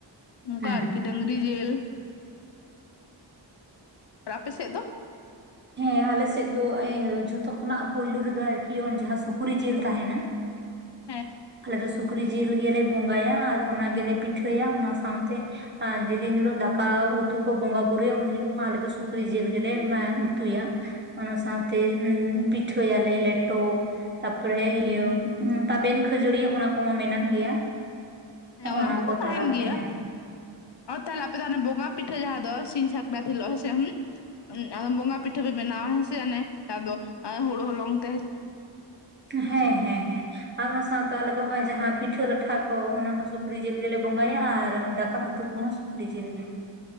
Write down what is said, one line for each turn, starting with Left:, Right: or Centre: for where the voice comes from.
Left: ᱱᱚᱝᱠᱟ
Right: ᱦᱮᱸ
Left: ᱟᱨᱠᱤ
Right: ᱦᱮᱸ
Left: ᱰᱟᱝᱨᱤ ᱡᱮᱞ ᱟᱨ ᱟᱯᱮ ᱥᱮᱡ ᱫᱚ
Right: ᱦᱮᱸ ᱟᱞᱮ ᱥᱮᱡ ᱫᱚ ᱮ ᱡᱷᱚᱛᱚ ᱠᱷᱚᱱᱟᱜ ᱯᱩᱭᱞᱩ ᱨᱮᱫᱚ ᱟᱨᱠᱤ ᱚᱭ ᱡᱟᱦᱟᱸ ᱥᱩᱠᱨᱤ ᱡᱤᱞ ᱛᱟᱦᱮᱱᱟ
Left: ᱦᱮᱸ,
Right: ᱟᱞᱮ ᱫᱚ ᱥᱩᱠᱨᱤ ᱡᱤᱞ ᱜᱮᱞᱮ ᱵᱚᱸᱜᱟᱭᱟ ᱟᱨ ᱚᱱᱟ ᱜᱮᱞᱮ ᱯᱤᱴᱷᱟᱹᱭᱟ ᱚᱱᱟ ᱥᱟᱶᱛᱮ ᱟᱸ ᱡᱮᱫᱤᱱ ᱦᱤᱞᱳᱜ ᱫᱟᱠᱟ ᱩᱛᱩ ᱠᱚ ᱵᱚᱸᱜᱟ ᱵᱩᱨᱩᱭᱟ ᱩᱱ ᱦᱤᱞᱳᱜ ᱦᱚᱸ ᱟᱞᱮ ᱫᱚ ᱥᱩᱠᱨᱤ ᱡᱤᱞ ᱜᱮᱞᱮ ᱩᱛᱩᱭᱟ ᱚᱱᱟ ᱥᱟᱶᱛᱮ ᱩᱱᱻ ᱯᱤᱴᱷᱟᱹᱭᱟᱞᱮ ᱞᱮᱴᱚ ᱛᱟᱯᱚᱨᱮ ᱤᱭᱟᱹ
Left: ᱦᱮᱸ
Right: ᱛᱟᱵᱮᱱ ᱠᱷᱟᱹᱡᱟᱹᱲᱤ ᱚᱱᱟ ᱠᱚᱢᱟ ᱢᱮᱱᱟᱜ ᱜᱮᱭᱟ᱾
Left: ᱦᱮᱸ
Right: ᱦᱚᱸᱜᱼ
Left: ᱚᱱᱟ
Right: ᱱᱟ
Left: ᱠᱚᱢᱟ
Right: ᱠᱚ
Left: ᱛᱟᱦᱮᱱ
Right: ᱛᱟᱞᱟᱛᱮ
Left: ᱜᱮᱭᱟ
Right: ᱦᱮᱸ᱾
Left: ᱟᱨ ᱛᱟᱦᱚᱞᱮ ᱟᱯᱮ ᱛᱟᱦᱮ ᱵᱚᱸᱜᱟ ᱯᱤᱴᱟᱹ ᱡᱟᱦᱟᱸ ᱫᱚ ᱥᱤᱧ ᱥᱟᱠᱨᱟᱛ ᱥᱮ ᱦᱮᱸ ᱦᱩᱢ ᱟ ᱵᱚᱸᱜᱟ ᱯᱤᱴᱷᱟᱹ ᱯᱮ ᱵᱮᱱᱟᱣᱟ ᱦᱮᱸ ᱥᱮ ᱚᱱᱮ ᱟᱫᱚ ᱦᱩᱲᱩ ᱦᱚᱞᱚᱝ ᱛᱮ ᱦᱮᱸ ᱥᱮ
Right: ᱦᱮᱸ ᱦᱮ ᱦᱮᱸ ᱟᱨ ᱚᱱᱟ ᱥᱟᱶᱛᱮ ᱟᱞᱮ ᱫᱚ ᱱᱚᱜ ᱚᱭ ᱡᱟᱦᱟᱸ ᱯᱤᱴᱷᱟᱹ ᱞᱟᱴᱷᱟ ᱠᱚ ᱚᱱᱟ ᱥᱩᱠᱨᱤ ᱡᱮᱞ
Left: ᱦᱮᱸ
Right: ᱜᱮᱞᱮ ᱵᱚᱸᱜᱟᱭᱟ ᱟᱨ ᱫᱟᱠᱟ ᱩᱛᱩ ᱠᱚᱦᱚᱸ ᱥᱩᱠᱨᱤ ᱡᱤᱞ ᱜᱮ᱾